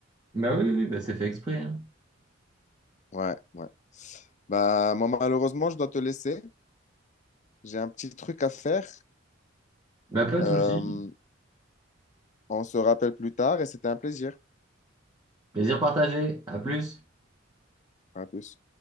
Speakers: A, on the right; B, on the left.
A: Bah oui, oui, bah c'est fait exprès. hein.
B: Ouais, ouais. Bah, moi, malheureusement, je dois te laisser. J'ai un petit truc à faire.
A: Bah pas de
B: Euh,
A: souci.
B: on se rappelle plus tard et c'était un plaisir.
A: Plaisir partagé. À plus.
B: À plus.